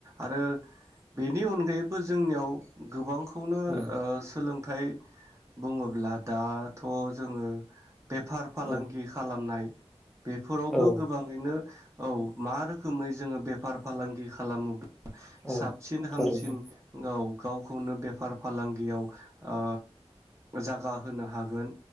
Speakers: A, on the right; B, in the centre.
A: आरो बेनि अनगायैबो जोंनियाव गोबां खौनो
B: औ
A: ओ सोलों ओमफ्राय बुङोब्ला दाथ' जोङो बेफार फालांगि
B: औ
A: खालामनाय बेफोरावबो
B: औ
A: गोबाङैनो औ मा रोखोमै जोङो बेफार फालांगि खालामोब्ला
B: औ
A: साबसिन
B: थारैनो
A: हामसिन गाव गावखौनो बेफार फालांगियाव ओ जागा होनो हागोन